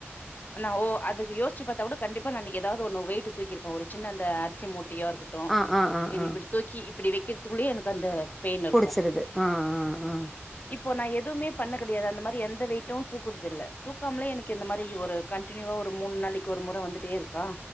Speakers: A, on the left; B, in the centre.
A: ஆனா ஓ அதுக்கு யோஸ்ச்சு பாத்தா கூட கண்டிப்பா நா இன்னைக்கு எதாவ்து ஒன்னு வெயிட்டு தூக்கிருப்ப ஒரு சின்ன அந்த அரிசி மூட் டியா இருக்கட்டு
B: ஆ ஆ ஆ
A: இது
B: ஆ
A: இப்டி தூக்கி இப்டி வெக்கிறதுக்குள்ளயே எனக்கு அந்த பெயின் இருக்கு
B: புடிச்சிருது ஆ ஆ ஆ
A: இப்போ நா எதுமே பண்ண கெடையாது அந்த மாரி எந்த வெயிட்டு தூக் க்குறதில்ல தூக்காம்லே எனக்கு இந்த மாரி ஒரு கண்ட்டினியூவா ஒரு மூண் நாளைக்கு ஒரு முற வந்துட்டே இருக்கா